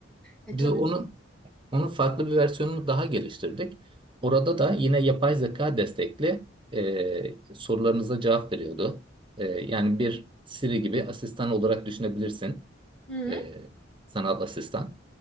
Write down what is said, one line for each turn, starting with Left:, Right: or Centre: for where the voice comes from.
Centre: E,
Right: Biz
Centre: tabii.
Right: onu onun farklı bir versiyonunu daha geliştirdik. Orada da yine yapay zeka destekli e, sorularınıza cevap veriyordu. E, yani bir Siri gibi asistan olarak düşünebilirsin
Centre: hı.
Right: e, sanal asistan.